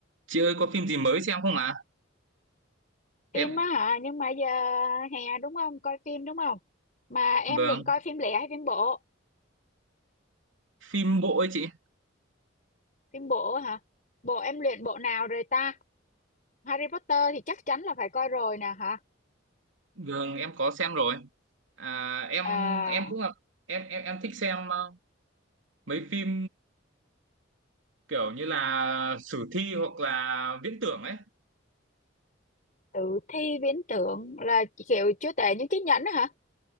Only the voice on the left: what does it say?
phim
á hả nhưng mà giờ hè đúng không coi phim đúng không mà em
định coi phim lẻ hay phim bộ
phim bộ hả bộ em luyện bộ nào rồi ta Harry Potter thì chắc chắn là phải coi rồi nè hả
à,
tử thi viễn tưởng là kiểu chúa tể những chiếc nhẫn á hả